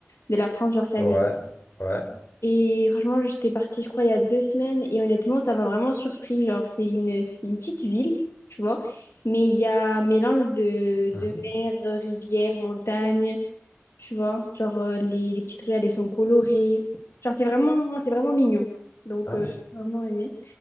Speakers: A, on the left (about 70°); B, on the left (about 50°).
A: de la France, genre c'est
B: Ouais,
A: en Italie.
B: ouais.
A: Et franchement, j'étais partie, je crois, il y a deux semaines, et honnêtement, ça m'a vraiment surpris. Genre, c'est une, c'est une petite ville, tu vois, mais il y a un mélange de,
B: Mhm.
A: de mer, rivière, montagne tu vois. Genre, euh, les, les petites ruelles, elles sont colorées. Genre, c'est vraiment, c'est vraiment mignon. Donc,
B: Ah,
A: euh,
B: je,
A: j'ai vraiment aimé.